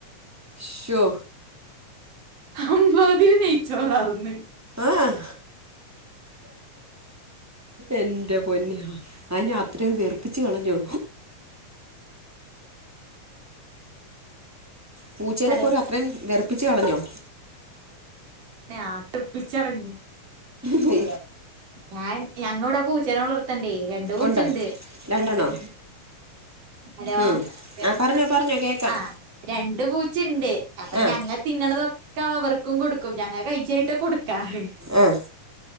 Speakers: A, in the centre; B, on the right (about 75°).
A: ശോ
B: അമ്മാതിരി നെയ്ച്ചോറാർന്ന്
A: ഏഹ് എന്റെ പൊന്നെ അയന്നെ അത്രയും വെറുപ്പിച്ച് കളഞ്ഞോ പൂച്ചേനെ
B: ഹലോ
A: പോലും അത്രയും വെറപ്പിച്ച് കളഞ്ഞോ
B: ആഹ് വെറുപ്പിച്ചളഞ്ഞ്
A: മേ
B: ഞാൻ ഞങ്ങ ഇവിടെ പൂച്ചനെ വളർത്തണ്ടേയ് രണ്ടു പൂച്ചുണ്ട്
A: ഉണ്ട് രണ്ടെണ്ണോ
B: ഹലോ
A: ഉം
B: കേ
A: ആ പറഞ്ഞോ പറഞ്ഞോ കേക്കാം
B: ആഹ് രണ്ട് പൂചെണ്ട് അപ്പൊ
A: ആഹ്
B: ഞങ്ങ തിന്നണതൊക്കെ അവർക്കും കൊടുക്കും ഞങ്ങ കഴിച്ച് കഴിഞ്ഞിട്ട കൊടുക്കാറ്
A: ആഹ്